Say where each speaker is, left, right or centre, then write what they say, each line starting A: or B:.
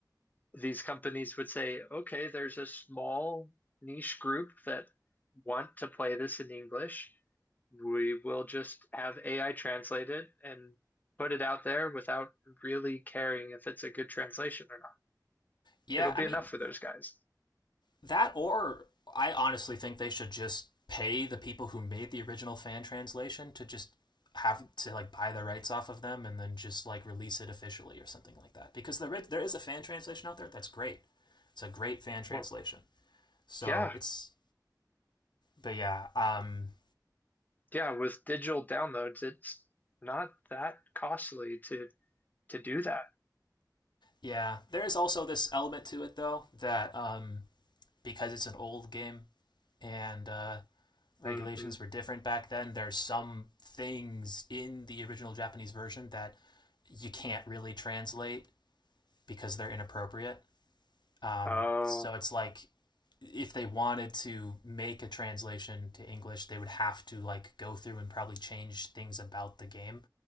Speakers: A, on the left; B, on the left.
A: these companies would say, okay, there's a small niche group that want to play this in English. We will just have AI translate it and put it out there without really caring if it's a good translation or not.
B: yeah.
A: It'll be
B: I mean
A: enough for those guys.
B: that, or I honestly think they should just pay the people who made the original fan translation to just have to like buy the rights off of them and then just like release it officially or something like that. Because the there is a fan translation out there that's great. It's a great fan translation.
A: Well,
B: So
A: yeah,
B: it's But yeah, um,
A: yeah, with digital downloads, it's not that costly to to do that.
B: yeah, there is also this element to it though that um, because it's an old game and uh, regulations
A: hmm
B: were different back then, there's some things in the original Japanese version that you can't really translate because they're inappropriate. Um,
A: Oh,
B: so it's like if they wanted to make a translation to English, they would have to like go through and probably change things about the game.